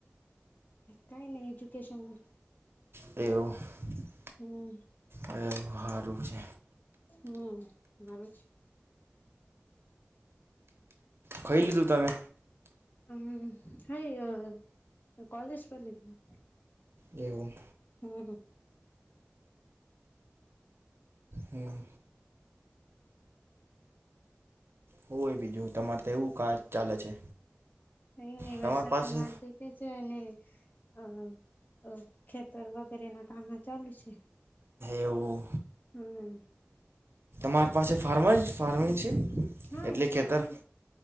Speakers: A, on the left; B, on the right.
A: કઈ નહી <unintelligible> એજ્યુકેશનમાં.
B: તેવ. <unintelligible>
A: હમ્મ.
B: હ <unintelligible> હારું છે.
A: હમ્મ મારું છે.
B: ખઈ લીધું તમે?
A: હમ્મ હાય કોલેજ બલ <unintelligible> હતી.
B: એવું!
A: હમ્મ.
B: હમ્મ. હોય બીજું તમારે તો એવું કાર ચાલે છે.
A: કઇ નહી
B: તમાર
A: વરસાત
B: પાસે
A: ની વાત દેખે છે, ને અ અ ખેતર વગેરે ના કામમાં ચાલુ છે.
B: એવું
A: હમ્મ.
B: મા પાસે ફાર્માર જ ફાર્મ છે.
A: હા
B: એટલે ખેતર
A: એ છેમ!